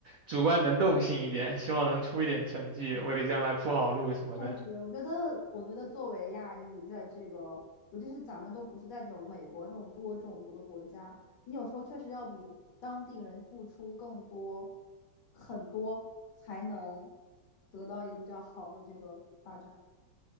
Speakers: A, on the right (about 85°); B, on the left (about 65°).
A: 主观能动性一点，希望能出一点成绩，为将来铺好路什么的。
B: 确实，我觉得，我觉得作为亚裔，在这个，尤其是咱们都不是在这种美国这种多种族的国家，你有时候确实要比当地人付出更多，很多，才能得到一个比较好的这个发展。